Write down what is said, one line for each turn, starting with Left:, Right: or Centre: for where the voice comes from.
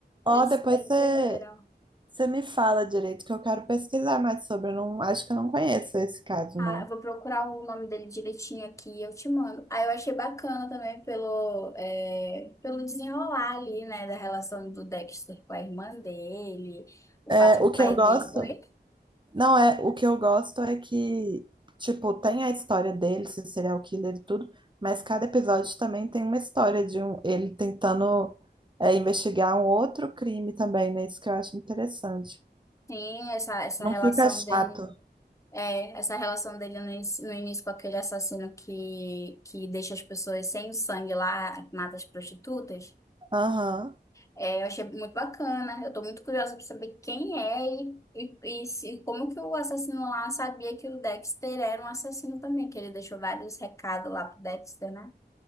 Right: Ó,
Left: eles
Right: depois
Left: perceberam.
Right: você. Você me fala direito que eu quero pesquisar mais sobre. Eu não, acho que eu não conheço esse caso,
Left: Ah,
Right: não.
Left: eu vou procurar o nome dele direitinho aqui e eu te mando. Aí eu achei bacana também pelo, é, pelo desenrolar ali, né, da relação do Dexter com a irmã dele, o
Right: É,
Left: fato do
Right: o
Left: pai
Right: que eu gosto,
Left: dele. Oi?
Right: não é, o que eu gosto é que, tipo, tem a história dele, se serial killer e tudo, mas cada episódio também tem uma história de um, ele tentando, é, investigar um outro crime também, né? Isso que eu acho interessante.
Left: Sim, essa, essa
Right: Não
Left: relação
Right: fica chato.
Left: dele. É, essa relação dele no, inici- no início com aquele assassino que, que deixa as pessoas sem o sangue lá, mata as prostitutas.
Right: Aham.
Left: É, eu achei muito bacana. Eu tô muito curiosa pra saber quem é e, e, e se- como que o assassino lá sabia que o Dexter era um assassino também, que ele deixou vários recados lá pro Dexter, né?